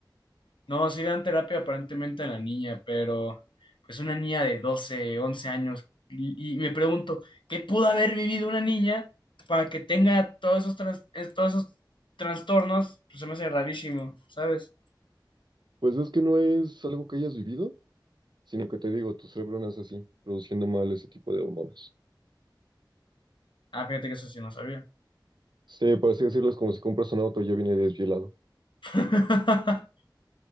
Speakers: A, on the left; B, on the right.
A: No, sí le dan terapia aparentemente a la niña, pero, pues, una niña de 12 11 años. Y, y me pregunto, ¿qué pudo haber vivido una niña para que tenga todos esos, trans- es- todos esos trastornos? Pues se me hace rarísimo, ¿sabes?
B: Pues es que no es algo que hayas vivido, sino que te digo, tu cerebro nace así, produciendo mal ese tipo de hormonas.
A: Ah, fíjate que eso sí no sabía.
B: Sí, por así decirlo, es como si compras un auto y ya viene desvielado.
A: <laughs>